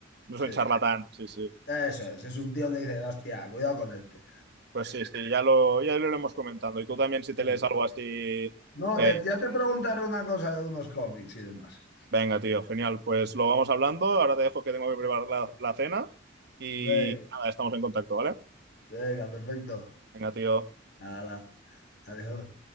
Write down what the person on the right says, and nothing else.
no
es un charlatán, sí, sí.
Pues sí, sí, ya lo, ya lo iremos comentando. Y tú también, si
te lees algo así,
eh,
venga, tío, genial. Pues lo vamos hablando. Ahora te dejo que tengo que preparar la, la cena. Y
nada, estamos en contacto, ¿vale?
Venga, tío.